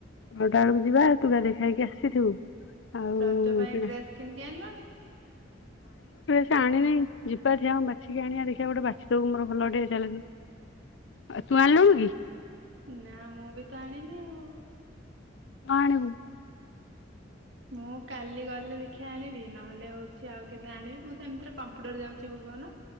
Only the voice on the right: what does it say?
ରଜ ପାଇଁ
ଡ୍ରେସ କିଣିକି ଆଣିଲଣି।
ନା ମୁଁ ବି ତ ଆଣିନି ଆଉ।
ମୁଁ କାଲି ଗଲେ ଦେଖିବା ଆଣିବି ନହେଲେ ହଉଛି ଆଉ କେବେ ଆଣିବି ମୁଁ ତ ଏମିତିରେ କମ୍ପୁଟର ଯାଉଛି ଭୁବନ